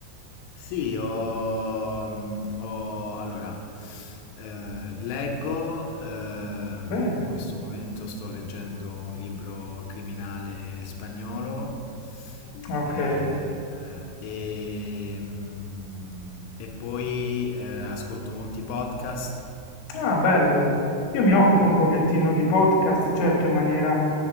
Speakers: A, on the left; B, on the left.
A: Sì, ho, mm, ho- allora, eh, leggo, ehm,
B: Bene,
A: in questo momento sto leggendo un libro criminale spagnolo
B: ok.
A: eh, e, mm, e poi eh, ascolto molti podcast.
B: Ah, bello. Io mi occupo un pochettino di podcast, certo in maniera